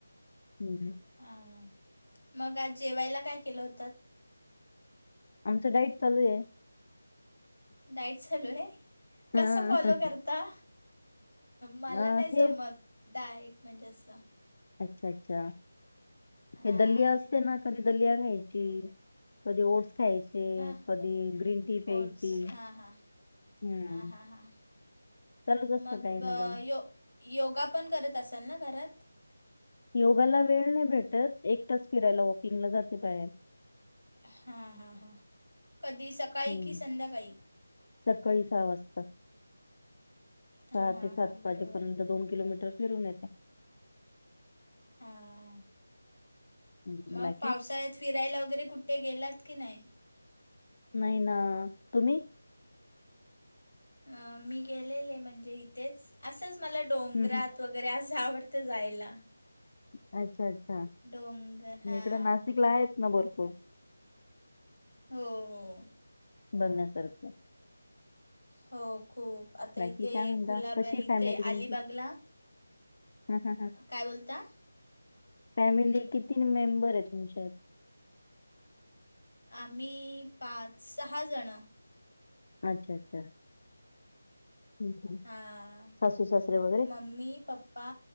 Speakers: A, on the left (about 45°); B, on the left (about 85°).
A: हम्.
B: हां, हा मग आज जेवायला काय केलं होतात?
A: आमचं डाईट चालूय.
B: डाईट चालूय, कसं
A: हा
B: फॉलो करता? मला
A: अं,
B: नाही जमत,
A: हेच
B: डाएट म्हणजे असं.
A: अच्छा, अच्छा.
B: हां
A: ते दल्लीया असते ना. कधी दलिया खायची, कधी ओट्स खायची. ते
B: हां
A: कधी ग्रीन टी प्यायची,
B: ओट्स हां हां
A: हम्म.
B: हां हां हां
A: चालूच असत
B: मग
A: काय
B: अ,
A: ना काही.
B: यो योगा पण करत असाल ना घरात?
A: योगाला वेळ नाही भेटत, एक तास फिरायला वॉकिंगला जाते बाहेर.
B: हां, हां, हां कधी सकाळी
A: हम्म
B: की संध्याकाळी?
A: सकाळी सहा वाजता.
B: हां
A: सहा
B: हां
A: ते सात
B: हां बरोबर
A: वाजेपर्यंत दोन किलोमीटर फिरून येत.
B: हां
A: हम्म
B: मग
A: बाकी
B: पावसाळ्यात फिरायला वगैरे कुठे गेलात की नाही?
A: नाही ना तुम्ही?
B: अ, मी गेलेले म्हणजे इथेच, असंच मला डोंगरात
A: हम्म हम्म
B: वगै वगैरे असं आवडतं जायला.
A: अच्छा, अच्छा
B: डोंगर हां
A: म, इकड नाशिकला आहेत ना भरपूर.
B: हो, हो.
A: बघण्यासारखं.
B: हो खूप, आता
A: बाकी
B: इथे
A: काय म्हणता
B: कुलाबा
A: कशी
B: इथे
A: फॅमिली तुमची?
B: अलिबागला.
A: हा हा हा
B: काय बोलता?
A: फॅमिली किती मेंबर आहेत तुमच्यात?
B: आम्ही पाच, सहा जण.
A: अच्छा, अच्छा हम्म हम्म
B: हां,
A: सासू सासरे वगैरे?
B: मम्मी, पप्पा,